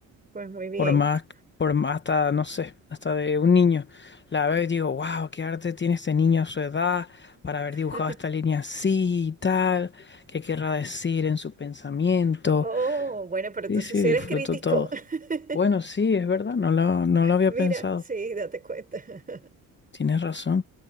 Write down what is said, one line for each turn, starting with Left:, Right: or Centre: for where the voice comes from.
Right: pues muy bien.
Left: Por más, por más hasta, no sé, hasta de un niño. La veo y digo, wow, qué arte tiene este niño a su edad para haber dibujado
Right: <laughs>
Left: esta línea así y tal. ¿Qué querrá decir en su pensamiento?
Right: Oh, bueno, pero entonces
Left: Sí, sí,
Right: si
Left: disfruto
Right: eres crítico.
Left: todo.
Right: <laughs>
Left: Bueno, sí, es verdad, no lo, no lo había
Right: Mira,
Left: pensado.
Right: sí, date cuenta. <laughs>
Left: Tienes razón.